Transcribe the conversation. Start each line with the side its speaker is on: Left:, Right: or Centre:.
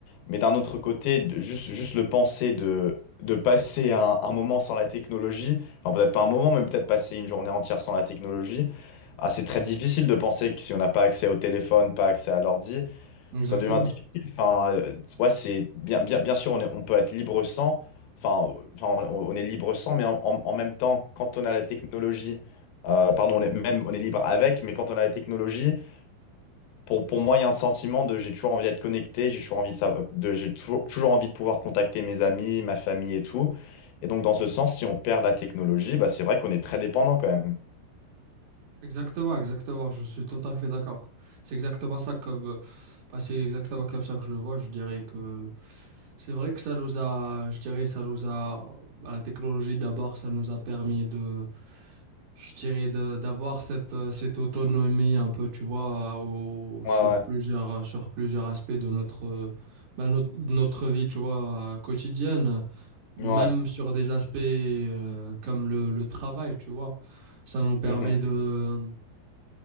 Left: Mais d'un autre côté, de- juste, juste le penser de, de passer un, un moment sans la technologie, enfin peut-être pas un moment, mais peut-être passer une journée entière sans la technologie, ah, c'est très difficile de penser que si on n'a pas accès au téléphone, pas accès à l'ordi,
Right: Exactement.
Left: ça devient difficile. Enfin, euh, ouais, c'est bien, bien, bien sûr, on est- on peut être libre sans, enfin, enfin on, on est libre sans, mais en, en- en même temps, quand on a la technologie, euh, pardon, on est, même on est libre avec, mais quand on a la technologie, pour, pour moi, il y a un sentiment de j'ai toujours envie d'être connecté, j'ai toujours envie de savoir, de, j'ai toujours, toujours envie de pouvoir contacter mes amis, ma famille et tout. Et donc, dans ce sens, si on perd la technologie, bah, c'est vrai qu'on est très dépendant quand même.
Right: Exactement, exactement. Je suis tout à fait d'accord. C'est exactement ça comme, euh, bah, c'est exactement comme ça que je le vois. Je dirais que c'est vrai que ça nous a, je dirais, ça nous a, bah, la technologie d'abord, ça nous a permis de, je dirais, de- d'avoir cette, euh, cette autonomie un peu, tu vois, au-
Left: Ouais,
Right: sur
Left: ouais,
Right: plusieurs, sur plusieurs aspects de notre, euh, bah, notre, de notre vie, tu vois, euh, quotidienne. même
Left: ouais,
Right: sur des aspects euh, comme le, le travail, tu vois. Ça nous permet
Left: mhm,
Right: de,